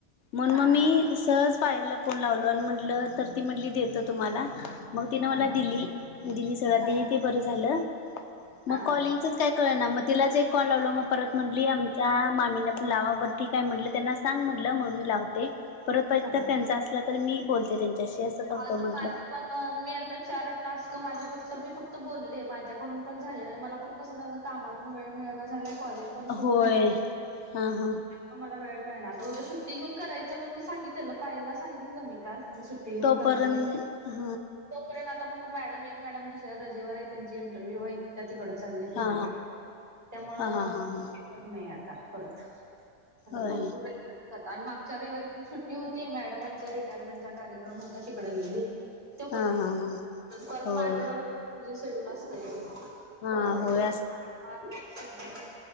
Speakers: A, on the left; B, on the right.
A: मन
B: हा
A: मग मी सहज पायला फोन लावलो आणि म्हटलं तर ती म्हटली देतो तुम्हाला मग तिन मला
B: हा
A: दिली, दिली सगळं
B: हा
A: दिली ते बरं झालं मग
B: हा
A: कॉलिंगचच काय कळना मग तिलाच एक कॉल लावलो मग परत म्हटली आमच्या मामीना पण लावा बर ठीक का म्हणलं त्यांना सांग म्हणलं ममी लावते परत
B: हा
A: त्यां अस तर मी बोलते कशी अस करतो
B: अजून
A: म्हंटलं
B: माझे पण मी आता चार टास्क माझे फक्त मी फक्त बोलले माझ्याकडून पण झाले मला पण कस झा कामातून वेळ मिळ झाय कॉलेज पण
A: होय
B: सुरू झाले
A: हा हा
B: म मला वेळ मिळना आता उद्या सुट्टी घेऊन करायचं म्हणून सांगितलेलं पायला सांगितलं मी काल मी सुट्टी घेऊन
A: तोपर्यंत
B: करणार
A: हा
B: कारण आता मग मॅडम एक मॅडम दुसऱ्या रजेवर आहे त्यांचे इंटरव्ह्यू आहेत त्या तिकड चाललेत विद्यापीठ
A: हा
B: त्यामुळ आता
A: हा हा हा
B: मला
A: हा हा
B: पण नाही आता परत आता
A: होय
B: बघू आणि मागच्या रविवारी पण सुट्टी होती मॅडमांचा रिटायरमेंटचा कार्यक्रम होता तिकडे गेले त्यो
A: हा
B: पण
A: हा
B: दिवस
A: हा
B: परत
A: होय
B: मग आठवडाभर े शेड्यल असत
A: हा
B: कॉलेज
A: होय
B: सळ